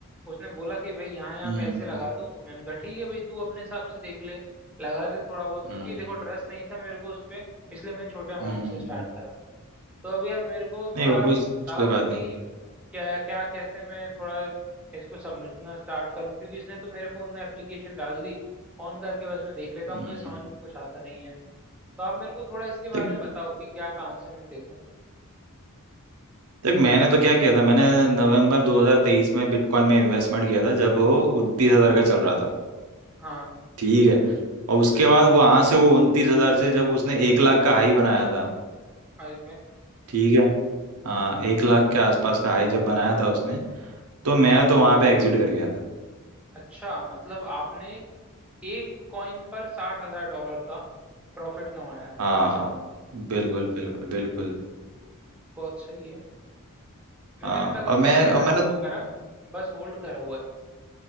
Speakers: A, in the centre; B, on the right.
A: उसने बोला कि भाई यहाँ यहाँ
B: हम्म
A: पैसे लगा दूं मैंने कहा ठीक है भाई तू अपने हिसाब से देख ले लगा दे थोड़ा बहुत क्योंकि
B: हम्म
A: देखो ट्रस्ट नहीं था मेरे को उस पे इसलिए मैंने छोटे अमाउंट
B: हम्म
A: से स्टार्ट करा तो अभी आप मेरे को
B: नहीं
A: थोड़ा
B: वो
A: बताओ
B: इस- कोई बात
A: कि
B: नहीं
A: क्या क्या कैसे मैं थोड़ा इसको समझना स्टार्ट करूं क्योंकि इसने तो मेरे फोन में एप्लीकेशन डाल दी ऑन करके बस मैं देख लेता हूँ
B: हम्म
A: मुझे समझ में कुछ आता नहीं है तो आप मेरे को थोड़ा इसके बारे
B: देख
A: में बताओ कि क्या कहाँ से मैं देखूँ
B: देख मैंने तो क्या किया था मैंने नवंबर 2023 में बिटकॉइन में इन्वेस्टमेंट किया था जब वो उनतीस हजार का चल रहा था
A: हाँ
B: ठीक है और उसके बाद वो वहां से वो उनतीस हजार से जब उसने एक लाख का हाई बनाया था
A: ओके
B: ठीक है हाँ एक लाख के आसपास का हाई जब बनाया था उसने तो मैं तो वहां पे एग्जिट कर गया था
A: अच्छा मतलब आपने एक कॉइन पर साठ हजार डॉलर का प्रॉफिट कमाया है,
B: हाँ
A: कम से कम
B: बिल्कुल बिल्कुल बिल्कुल
A: बहुत सही है मैंने
B: हाँ
A: अब तक अपने
B: और मैं
A: सेल
B: और
A: आउट
B: मैंने
A: नहीं करा बस होल्ड करा हुआ है